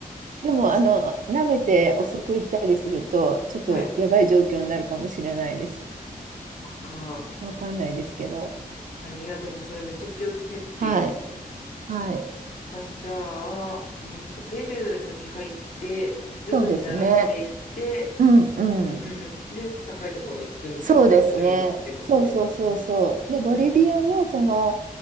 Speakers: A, on the right; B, on the left.
A: でも、
B: 確かに。
A: あの、舐めて遅く行ったりすると、ちょっとやばい状況になるかもしれないです。
B: はい。か、
A: わかんないですけど。
B: 確かに。いや、でもそれめっちゃ気をつけていく。
A: はい。はい。
B: わかりました。じゃあ、えっと、ペルー先入って、徐々に慣らしていって、
A: そうですね。うん
B: うんうんうん。
A: うん。
B: で、高いところ行くみたいな感じがいいってことですよね。
A: そうですね。そうそうそうそう。で、ボリビアのその、
B: うんうん。